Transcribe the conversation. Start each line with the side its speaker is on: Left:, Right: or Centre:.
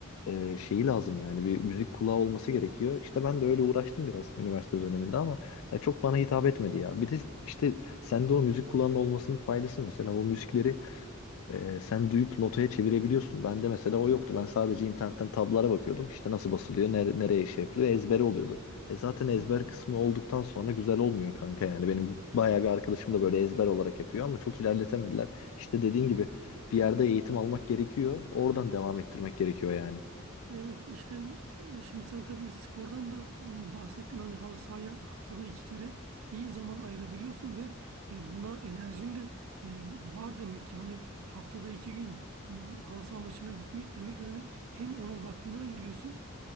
Left: e, şeyi lazım yani bir müzik kulağı olması gerekiyor. İşte ben de öyle uğraştım biraz üniversite döneminde ama ya çok bana hitap etmedi ya. Bir de işte sende o müzik kulağının olmasının faydası mesela o müzikleri ee, sen duyup notaya çevirebiliyorsun. Bende mesela o yoktu. Ben sadece internetten tablara bakıyordum. İşte nasıl basılıyor, nere- nereye şey yapılıyor. ezber oluyordu. E zaten ezber
Right: anladım.
Left: kısmı olduktan sonra güzel olmuyor kanka yani. Benim bayağı bir arkadaşım da böyle ezber olarak yapıyor ama çok ilerletemediler. İşte dediğin gibi bir yerde eğitim almak gerekiyor. Oradan devam ettirmek gerekiyor yani.
Right: Evet işte şimdi sen tabii spordan da e, bahsettin hani halı sahaya haftada iki kere iyi zaman ayırabiliyorsun ve e, buna enerjin de e, var demek yani haftada iki gün m, halı saha maçına gitmek demek yani hem ona vaktini ayırıyorsun